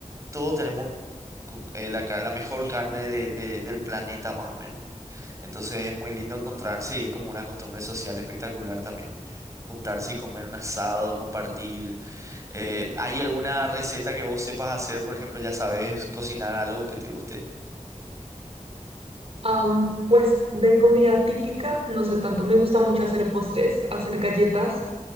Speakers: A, on the right (about 25°); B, on the right (about 50°).
A: todos tenemos cu- eh, la, ca- la mejor carne de- de- del planeta más o menos. Entonces es muy lindo encontrarse y es como una costumbre social espectacular también. Juntarse y comer un asado, compartir. Eh, ¿hay alguna receta que vos sepas hacer? Por ejemplo, ya sabes cocinar algo que te guste.
B: Am, pues de comida típica, no sé tanto, me gusta mucho hacer postres, hacer galletas,